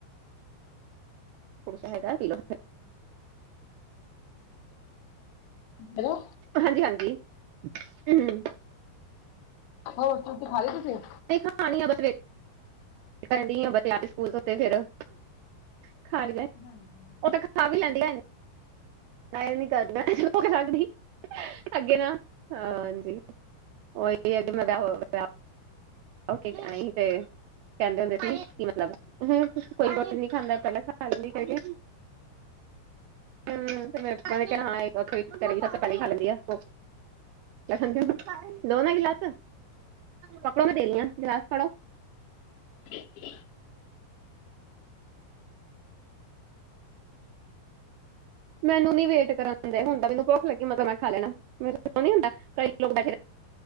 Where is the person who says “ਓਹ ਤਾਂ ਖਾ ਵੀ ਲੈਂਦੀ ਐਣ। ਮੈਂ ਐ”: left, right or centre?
Right